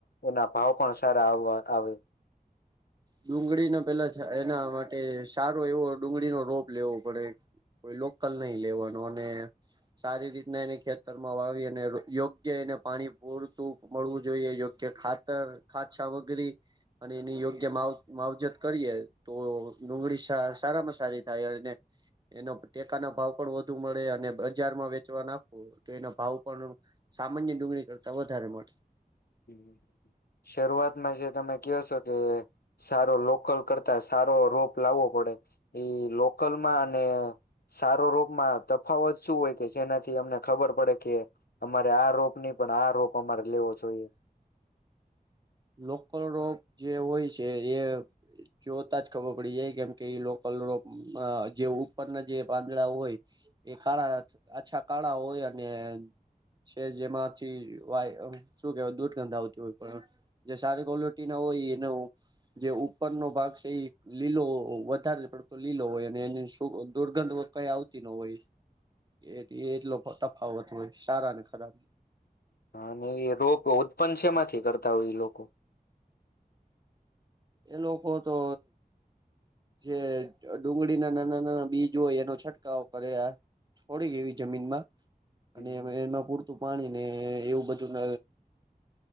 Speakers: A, on the left; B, on the right.
A: એના ભાવ પણ સારા આવવા આવે.
B: ડુંગળીના પેલા એના માટે સારો એવો ડુંગળીનો રોપ લેવો પડે. કોઈ લોકલ નહી લેવાનું અને સારી રીતના એને ખેતરમાં વાવી અને યોગ્ય એને પાણી પૂરતું મળવું જોઈએ યોગ્ય કે ખાતર ખાતછા વગેરી અને એની યોગ્ય કે માવ માવજત કરીએ તો ડુંગળી સારામાં સારી થાય અને એનો ટેકાના ભાવ પણ વધુ મળે અને બજારમાં વેચવા નાખો તો એનો ભાવ પણ સામાન્ય ડુંગળી કરતા વધારે મળે.
A: <inaudible> શરૂઆતમાં જે તમે કયો છો કે સારો લોકલ કરતા સારો રોપ લાવવો પડે પડે લોકલ માં અને સારો રોપમાં તફાવત શું હોય કે જેનાથી અમને ખબર પડે કે અમારે આ રોપ ની પણ આ રોપ કો મારે લેવો જોઈએ.
B: લોકલ રોપ જે હોય છે એ જોતા જ ખબર પડી જાય કેમ કે લોકલ જે ઉપરના જે પાંદડા હોય એ કાળા આછા કાળા હોય અને છે જેમાંથી વાય શું કેવાય દૂધ ગંધ આવતી હોય જે સારી ક્વોલિટી ના હોય એ જે ઉપર નો ભાગ છે એ લીલો વધારે પડતો લીલો હોય અને એ દુર્ગંધ વધારે આવ નો હોય એ એટલો તફાવત હોય સારા ને ખરાબ
A: હા અને એ રોગ ઉત્પન્ન સેમાંથી કરતા હોય એ લોકો.
B: એ લોકો તો જે ડુંગળી ના નાના નાના બીજ હોય એનો છંટકાવો કરે આ થોડી કેવી જમીન માં
A: હમ
B: અને એમાં પૂરતું પાણી ને એવું બધું ન